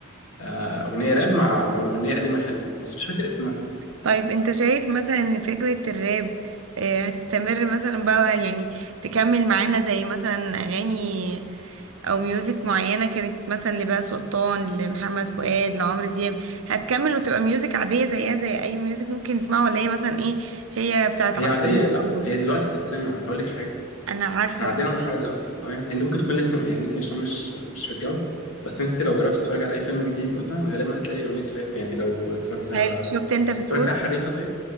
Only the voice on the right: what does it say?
طيب انت شايف مثلا ان فكرة الراب آه، هتستمر مثلا بقى يعني تكمل معانا زي مثلا اغاني او ميوزك معينة كانت مثلا لبهاء سلطان لمحمد فؤاد لعمرو دياب هتكمل وتبقى ميوزك عادية زيها زي اي ميوزك ممكن نسمعه ولا هي مثلا ايه هي بتاعت
عصرنا
وخلاص
انا عارفة
هل شفت انت بتقول